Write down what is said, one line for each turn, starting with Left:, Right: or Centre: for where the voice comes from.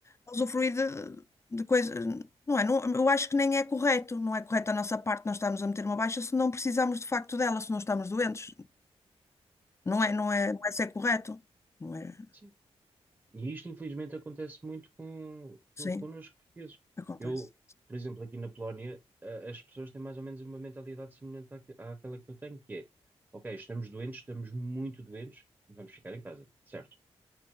Left: a usufruir de, de coisas. Não é? Não- eu acho que nem é correto. Não é correto da nossa parte nós estarmos a meter uma baixa se não precisamos de facto dela, se não estamos doentes. Não
Right: sim,
Left: é, não é, não é ser correto. Não é?
Right: sim. E isto, infelizmente, acontece muito com,
Left: Sim,
Right: com- connosco portugueses.
Left: acontece.
Right: Eu, por exemplo, aqui na Polónia, a- as pessoas têm mais ou menos uma mentalidade semelhante à, que- àquela que eu tenho, que é, ok, estamos doentes, estamos muito doentes, vamos ficar em casa, certo?